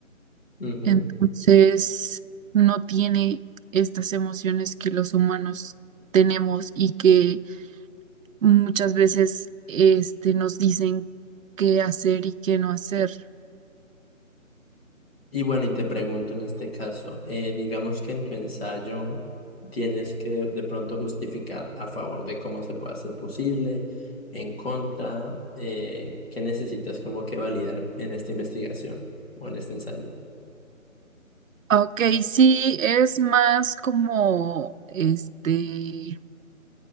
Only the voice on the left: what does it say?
Ujú.
Y bueno, y te pregunto en este caso, eh, digamos que en tu ensayo tienes que de pronto justificar a favor de cómo se puede hacer posible, en contra, eh, qué necesitas como que validar en esta investigación o en este ensayo.